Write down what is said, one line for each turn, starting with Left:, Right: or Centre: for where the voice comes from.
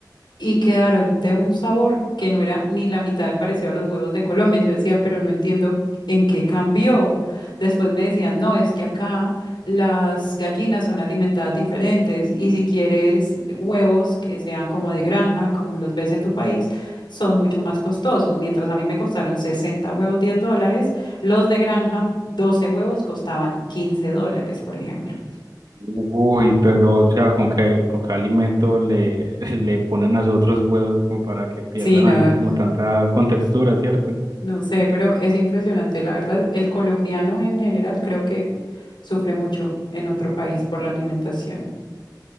Left: y quedaron de un sabor que no era ni la mitad de parecido a los huevos de Colombia. Yo decía, pero no entiendo en qué cambió. Después me decían, no, es que acá las gallinas son alimentadas diferentes y si quieres huevos que sean como de granja, como los ves en tu país, son mucho más costosos. Mientras a mí me costaron 60 huevos 10 dólares, los de granja, 12 huevos costaban 15 dólares, por ejemplo.
Right: Uy, pero, o sea, ¿con qué, con qué alimento le, <laughs> le ponen a los otros huevos como para que pierdan
Left: Sí, no.
Right: así como tanta contextura, ¿cierto?
Left: No sé, pero es impresionante. La verdad, el colombiano en general creo que sufre mucho en otro país por la alimentación.